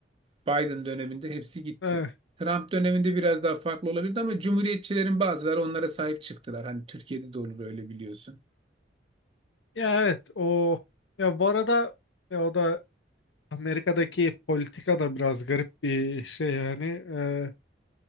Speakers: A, on the right (about 30°); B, on the left (about 85°).
A: Biden döneminde hepsi gitti.
B: Eh,
A: Trump döneminde biraz daha farklı olabilirdi ama cumhuriyetçilerin bazıları onlara sahip çıktılar. Hani Türkiye'de de olur öyle biliyorsun.
B: ya evet o ya bu arada ya o da Amerika'daki politika da biraz garip bir şey yani. Ee,